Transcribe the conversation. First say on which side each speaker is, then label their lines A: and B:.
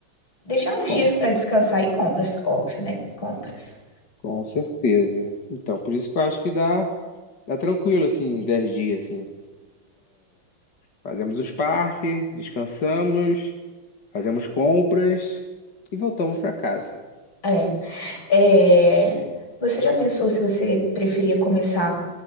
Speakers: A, on the left; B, on the left.
A: deixar uns
B: Compra,
A: dias para descansar e compras, óbvio, né? Compras.
B: com certeza. Então, por isso que eu acho que dá, dá tranquilo, assim, 10 dias, assim. Fazemos os parques, descansamos, fazemos compras e voltamos para casa.
A: É. é. Você já pensou se você preferia começar